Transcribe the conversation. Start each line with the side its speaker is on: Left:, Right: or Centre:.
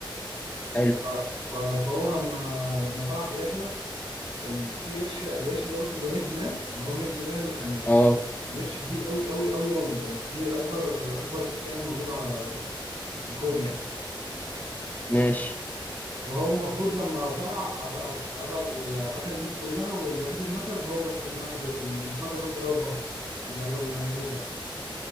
Left: حلو
Right: ف- ف- فهو لما لما طلع في رحله ال- في قرش القرش اللي هو اسمه زمجي ده اللي هو مجي ده اللي كان
Left: اه
Right: كان قرش كان قرش كبير قوي قوي قوي قوي يعني كبير اكبر اكبر كائن موجود على الكون يعني
Left: ماشي
Right: وهو المفروض لما طلع قت- قت- قتل قتل الناس كلها والوحيد اللي نقص هو بس اللي نقص اللي نقص بس اللي هو البطل اللي هو اللي موجود يعني